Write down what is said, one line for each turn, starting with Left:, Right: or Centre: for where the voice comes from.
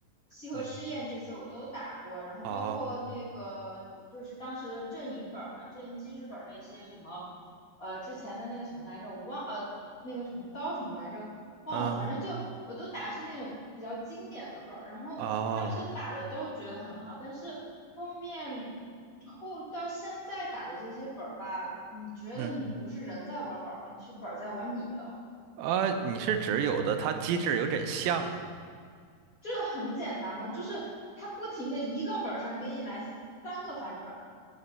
Left: 西河试验这些我都打过，
Right: 嗯，
Left: 然后包括那个就是当时的阵营本儿吧，
Right: 哦，
Left: 阵营机制本儿那些什么呃之前的那个什么来着，我忘呃那个什么刀什么来着，忘了，
Right: 嗯，
Left: 反正就我都打的是那种比较经典的本儿，然后当时打的都觉得很好，
Right: 哦，
Left: 但是后面后到现在打的这些本儿吧，你觉得你不是人在玩本儿了，
Right: 嗯，
Left: 你是本儿在玩你了，
Right: 啊，你是指有的它机制有点像吗？
Left: 就是很简单嘛，就是它不停的一个本儿上给你来三个反转，